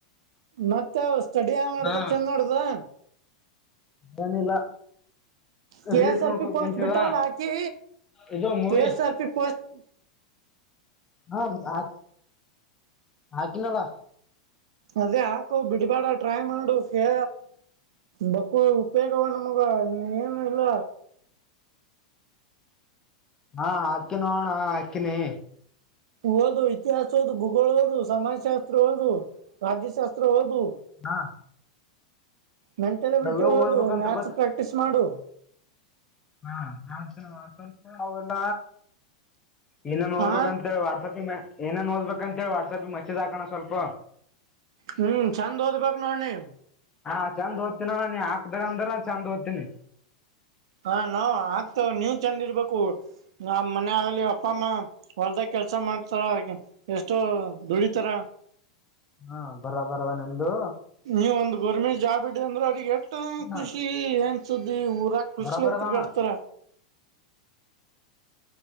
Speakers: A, on the right; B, on the left.
A: ಮತ್ತೆ ಸ್ಟಡಿ ಯಂಗ ನಡ್ದ
B: ಹಾ
A: ಚಂದ ನಡ್ದಾ.
B: ಏನಿಲ್ಲ.
A: K
B: reels
A: S R
B: ನೋಡ್ಕೋತ
A: P ಪೋಸ್ಟ್
B: ಕುಂತಿದ
A: ಬಿಟ್ಟವಲ್ಲ ಹಾಕಿ
B: ಇದು movie
A: K S R P post
B: ಹ ಹಾ ಹಾಕಿನಲ್ಲ.
A: ಅದೇ ಹಾಕು ಬಿಡ್ಬೇಡ ಟ್ರೈ ಮಾಡು ಕೇ ಬಕ್ಕು ಉಪಯೋಗವ ನಮಗ ನಿ ಏನು ಇಲ್ಲ.
B: ಹಾ ಹಕ್ಕಿನಿ ನೋಡ ಅಣ್ಣ ಹಕ್ಕಿನಿ.
A: ಓದು ಇತಿಹಾಸ ಓದು ಭೂಗೋಳ ಹಓದು ಸಮಾಜಶಾಸ್ತ್ರ ಓದು ರಾಜ್ಯಶಾಸ್ತ್ರ ಓದು.
B: ಹಾ
A: ಮೆಂಟಲಬಿಲಿಟಿ
B: ನವ್ಯ
A: ಓದು
B: ಓದ್ಬೇಕಂತ
A: ಮ್ಯಾಥಸ್
B: ಗೊತ್ತ
A: ಪ್ರಾಕ್ಟೀಸ್ ಮಾಡು.
B: ಹಾ ನಾನ್ ಸ್ವಲ್ಪ ಅವೆಲ್ಲ. ಇನ್ನೇನ್ ನೋಡ್ಬೇಕಂತೇಳ
A: ಹಾ
B: ವಾಟ್ಸಪ್ ಮೇ ಏನನ ಓದಬೇಕ ಅಂತ ಹೇಳ ವಾಟ್ಸಪ್ ಮಸೇಜ ಹಾಕಣ್ಣ ಸ್ವಲ್ಪ.
A: ಹ್ಮ್ ಚೆಂದ್ ಓದ್ಬೇಕಕ್ ನೋಡ ನಿ.
B: ಹಾ ಚಂದ ಓದ್ತಿನ ಅಣ್ಣ ನೀ ಹಾಕ್ದಂದ್ರ ಚಂದ ಓದ್ತಿನಿ.
A: ಹಾ ನಾವ ಆಗ್ತ ನೀವ್ ಚಂದ ಇರ್ಬೇಕು ನ ಮನ್ಯಾಗ ಆಗ್ಲಿ ಅಪ್ಪ ಅಮ್ಮ್. ಹೊಲ್ದಾಗ ಕೆಲ್ಸ ಮಾಡ್ತಾರ ಎಷ್ಟೋ ದುಡಿತಾರ.
B: ಹಾ ಬರ ಬರ ಅದ ನಿಮ್ದು.
A: ನೀವ ಒಂದ ಗೋರ್ಮೆಂಟ್ ಜಾಬ್ ಇಡದಿ ಅಂದ್ರ ಅವ್ರಿಗೆ ಎಷ್ಟ
B: ಹಾ
A: ಖುಷಿ ಏನ್ ಸುದ್ದಿ ಊರಗ ಖುಷಲ
B: ಬರಬರದಣ
A: ತಿರುಗಾಡ್ತಾರ.